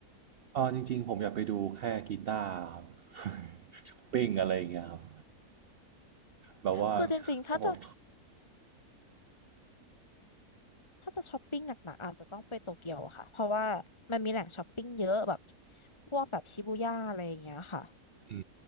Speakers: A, on the right (about 60°); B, on the left (about 20°).
A: อ๋อจริงๆผมอยากไปดูแค่กีตาร์ครับ <laughs> ช้อปปิ้งอะไรอย่างเงี้ยครับ แบบว่า
B: คือจริงๆถ้า
A: เขาบอก
B: ถ้าจะช้อปปิ้งหนักๆอาจจะต้องไปโตเกียวอะค่ะเพราะว่ามันมีแหล่งช้อปปิ้งเยอะแบบพวกแบบชิบูย่าอะไรอย่างเงี้ยค่ะ
A: อื